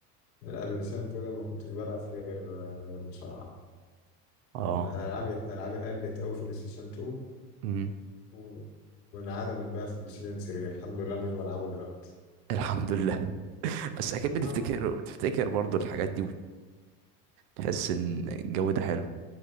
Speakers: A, on the left (about 90°); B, on the right (about 70°).
A: لا بلاي ستيشن 2 ده ما كنتش بلعب فيه غير آه، غير مصارعه
B: اه
A: لأن العابي العابي قلت قوي في بلاي ستيشن 2
B: امم
A: و- وانعدمت بقى في بلاي ستيشن 3 الحمد لله مش بلعبه دلوقتي
B: الحمد لله <laughs> بس اكيد
A: نعم
B: بتفتكر بتفتكر برضو الحاجات دي وتحس ان الجو ده حلو